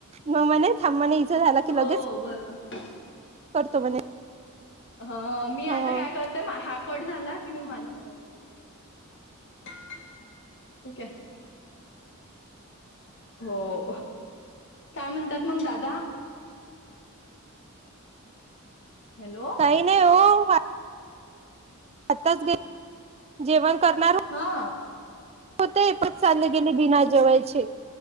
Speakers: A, on the right; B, on the left.
A: मग म्हणे थांबा ना हीचा झाला की
B: हो
A: लगेच
B: बरोबर
A: करतो म्हणे
B: ह मी आता
A: हो
B: काय करत हा कट झाला कि मी माझ्या <unintelligible> ठीक आहे हो काय म्हणतात मग दादा हॅलो
A: काही नाही ओ आताच घे जेवण करणार
B: हा
A: होतय पण चालले गेले बिना जेवायचे